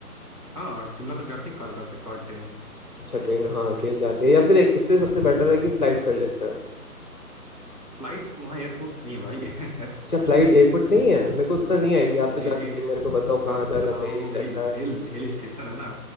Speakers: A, on the right; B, on the left.
A: हाँ शिमला तक जाती है कालका से टॉय ट्रेन
B: अच्छा ट्रेन हाँ ट्रेन जाती है या फिर एक उससे सबसे बेटर है कि फ्लाइट कर लेते हैं
A: फ्लाइट वहाँ एयरपोर्ट नहीं है भाई <laughs>
B: अच्छा फ्लाइट एयरपोर्ट नहीं है मेरे को उतना नहीं आइडिया
A: नहीं
B: आप तो जा
A: नहीं
B: चुके हैं मेरे को
A: पूरा
B: बताओ कहाँ जाना
A: हाँ
B: चाहिए
A: वो
B: कैसा
A: हिल
B: है
A: हिल हिल स्टेशन है ना